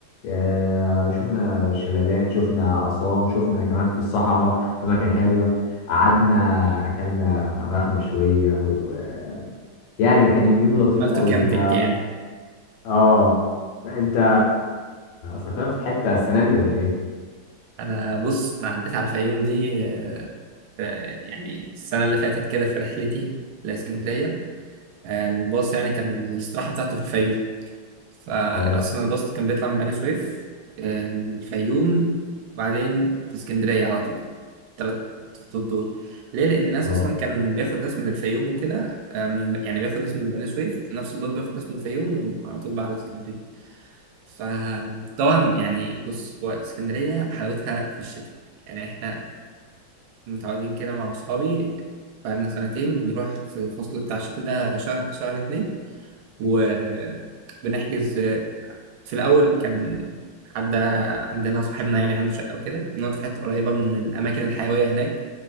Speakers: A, on the left; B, on the right.
A: آه، شفنا شلالات شفنا آثار شفنا كمان في الصحراء أماكن حلوة قعدنا اكلنا فراخ مشويه ويعني وكان اليوم لطيف
B: عملت
A: قوي
B: كامبينج
A: ف
B: يعني
A: اه انت سافرت في حته السنه دي ولا ايه
B: انا بص انا عديت على الفيوم دي آه، في يعني السنه اللي فاتت كده في رحلتي لاسكندريه آه، الباص يعني كان الاستراحه بتاعته في الفيوم فاصلا
A: اه
B: الباص كان بيطلع من بني سويف آه، الفيوم بعدين اسكندريه على طول تلات خطوط دول ليه لان الناس
A: اه
B: اصلا كان بياخد ناس من الفيوم وكده آه، من يعني بياخد ناس من بني سويف في نفس الباص بياخد ناس من الفيوم وعلى طول بقى على اسكندريه فطبعا يعني بص هو اسكندرية حلاوتها في الشتاء يعني احنا متعودين كده مع أصحابي بقالنا سنتين بنروح في الفصل بتاع الشتاء ده شهر شهر اتنين وبنحجز في الأول كان حد عندنا صاحبنا يعني عنده شقة وكده بنقعد في حتة قريبة من الأماكن الحيوية هناك